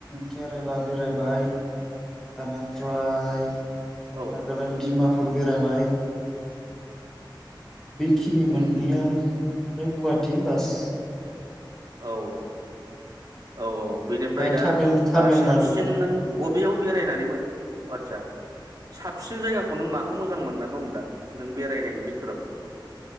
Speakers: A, in the centre; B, on the right (about 45°).
A: केरेला बेरायबाय बेनिफ्राय
B: औ
A: नागालेण्ड दिमा फुर बेरायबाय बेखिनि मोननैयानो
B: उम उम
A: ओमफ्राय गुवाहाटि बास
B: औ औ औ बेनिफ्राय
A: ओमफ्राय
B: दा
A: तामिल तामिलनाडु
B: ओ साबसिन नों बबेयाव बेरायनानै आचसा साबसिन जायगाखौ नों माखौ मोजां मोनना दं दा नों बेरायनायनि बिथोराव